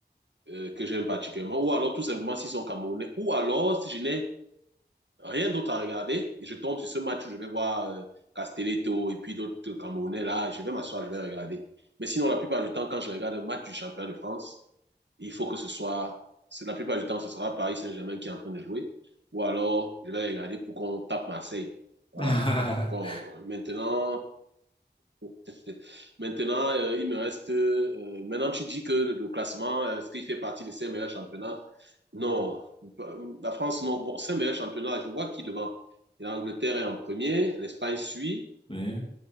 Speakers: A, on the right; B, on the left.
A: euh, que j'aime particulièrement, ou alors tout simplement s'ils sont camerounais, ou alors si je n'ai rien d'autre à regarder et je tombe sur ce match où je vais voir euh, Castelletto et puis d'autres camerounais là, je vais m'asseoir, je vais regarder. Mais sinon, la plupart du temps, quand je regarde un match du championnat de France, il faut que ce soit, c'est- la plupart du temps, ce sera Paris Saint-Germain qui est en train de jouer, ou alors je vais regarder pour qu'on tape Marseille. Voilà.
B: <laughs>
A: Bon,
B: Ah.
A: maintenant, <laughs> maintenant, euh, il me reste. euh, euh, maintenant, tu dis que le classement, euh, est-ce qu'il fait partie des cinq meilleurs championnats? Non, bah, la France, non. Bon, c'est un meilleur championnat. Je vois qui devant. Et L'Angleterre est en premier, l'Espagne suit.
B: Oui,